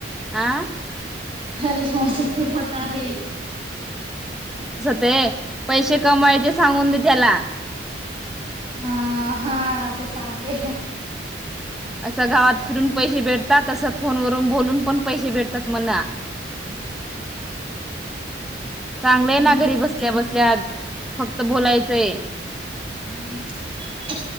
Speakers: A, in the centre; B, on the right.
A: आ
B: हरेशस पड होत आहे
A: ते पैसे कमायचे सांगून दे त्याला
B: हा हा असं सांगते
A: असं गावात फिरून पैसे भेटतात असं फोन वून बोलून पण पैसे भेटतात मना
B: हम
A: चांगलंय
B: हम्म.
A: ना घरी बसल्या बसल्यात फक्त बोलायचंय
B: ह्